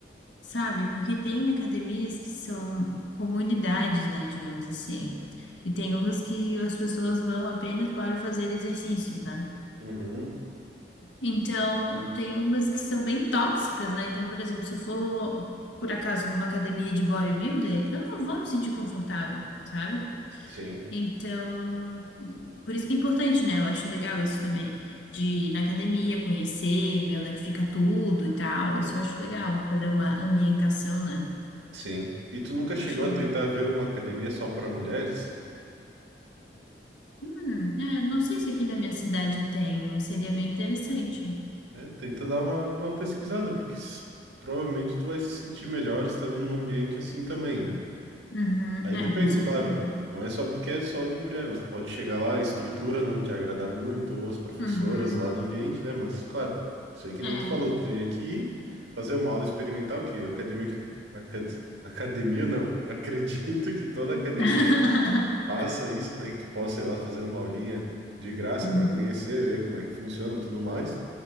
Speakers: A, on the left (about 80°); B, on the right (about 85°).
A: sabe? Porque tem academias que são comunidades, né, digamos assim. E tem umas que as pessoas vão apenas para fazer exercícios, né?
B: Uhum,
A: Então, tem umas que são bem tóxicas, né? Então, por exemplo, se eu for, por acaso, numa academia de bodybuilder, eu não vou me sentir confortável, sabe?
B: sim,
A: Então, por isso que é importante, né? Eu acho legal isso também, de ir na academia, conhecer, ver onde é que fica tudo e tal. Isso eu acho legal, fazer uma ambientação, né?
B: sim. E tu nunca chegou
A: Eu acho
B: a
A: legal.
B: tentar ver uma academia só para mulheres?
A: Hum, é, não sei se aqui na minha cidade tem, mas seria bem interessante.
B: É, tenta dar uma, uma pesquisada, porque s- provavelmente tu vai se sentir melhor estando num ambiente assim também, né?
A: Uhum,
B: Aí
A: é,
B: depende,
A: com certeza.
B: claro, não é só porque é só de mulher, mas tu pode chegar lá, a estrutura não te agradar muito, ou as professoras
A: Uhum,
B: lá do ambiente, né? Mas, claro, sei que
A: é.
B: nem tu falou, tu teria que ir fazer uma aula experimental, que academia que. aca- Academia não, <laughs> acredito que toda academia
A: <laughs>
B: faça isso, né? Que tu possa ir lá fazer uma aulinha de graça
A: Uhum,
B: para conhecer, ver como é que funciona e tudo mais,